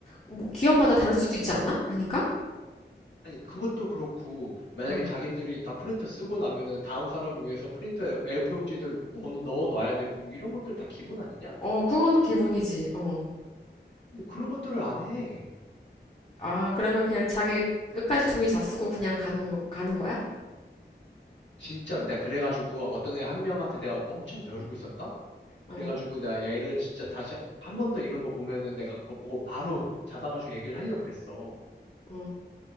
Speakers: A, on the left; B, on the left.
A: 뭐, 기업마다 다를 수도 있지 않아? 아닌가?
B: 아니, 그것도 그렇고, 만약에
A: 어,
B: 자기들이 다 프린터 쓰고 나면은 다음 사람 위해서 프린터에 A4용지들 넣어, 넣어 놔야 되고, 이런 것들 다 기본 아니냐?
A: 어, 그거는 기본이지. 어.
B: 근데 그런 것들을 안 해.
A: 아, 그러면 그냥 자기 끝까지 종이 다 쓰고 그냥 가는, 거- 가는 거야?
B: 진짜로. 내가 그래가지고 어떤 애 한 명한테 내가 엄청 벼르고 있었다? 그래가지고
A: 어.
B: 내가 얘를 진짜 다시 한 번 더 이런 거 보면은 내가 그거 보고 바로 잡아가지고 얘기를 하려고 그랬어.
A: 어.